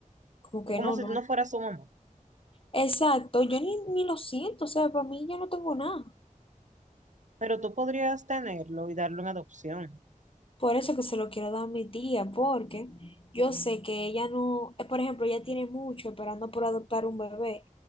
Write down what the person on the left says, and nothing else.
como que
no,
no.
Exacto, yo ni, ni lo siento, o sea, para mí yo no tengo nada.
Por eso que se lo quiero dar a mi tía, porque yo sé que ella no, eh, por ejemplo, ella tiene mucho esperando por adoptar un bebé